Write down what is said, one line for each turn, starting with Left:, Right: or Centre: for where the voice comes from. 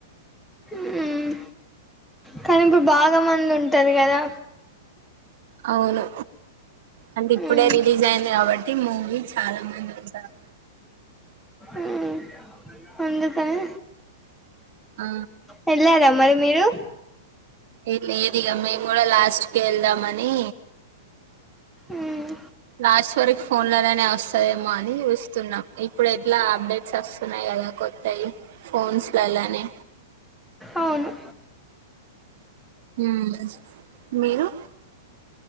Centre: ఉమ్ కానీ ఇప్పుడు బాగా మంది ఉంటరు కదా
Right: అవును అంటె ఇప్పుడే
Centre: ఉమ్
Right: రిలీజైంది కాబట్టి మూవీ చాలా మంది ఉంటారు
Centre: ఉహ్ అందుకని
Right: ఆ
Centre: వెళ్ళారా మరి మీరు
Right: ఏ లేదు ఇగా మేము కూడా లాస్ట్ కే వెళ్దామని
Centre: ఉమ్
Right: లాస్ట్ వరక్ ఫోన్ లో నైన అస్తదేమో అని చూస్తున్నా. ఇప్పుడు ఎట్లా అప్డేట్స్ ఒస్తున్నాయి కదా. కొత్తయ్ ఫోన్స్ లో కళ్ళనే
Centre: అవును
Right: ఊమ్ మీరు